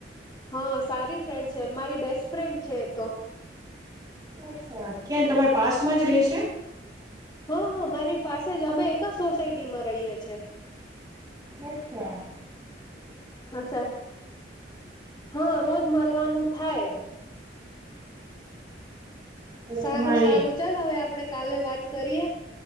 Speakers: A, on the left (about 20°); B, on the right (about 20°).
A: હા સારી ફ્રેન્ડ છે મારી બેસ્ટ ફ્રેન્ડ છે એ તો
B: અછા ક્યાં તમારા પાસમાં જ રેહશે?
A: હ હ મારી પાસે જ અમે એક સોસાયટીમાં રહીએ છે.
B: અચ્છા
A: અચ્છા હા રોજ મળવાનું થાય.
B: તો
A: સારું
B: તમારી
A: સારું ચાલ હવે આપડે કાલે વાત કરીએ